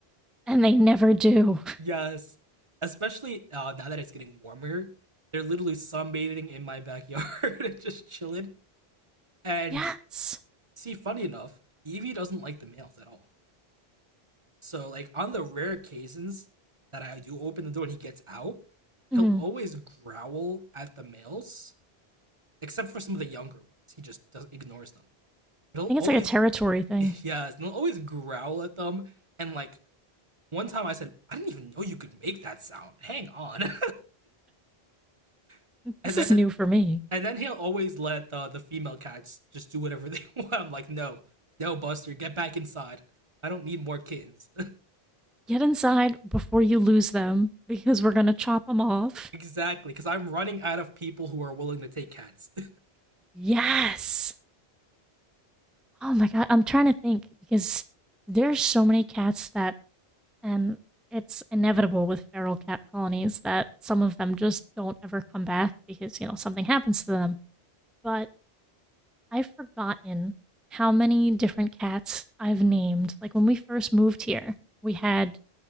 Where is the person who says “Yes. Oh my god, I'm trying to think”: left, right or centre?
Centre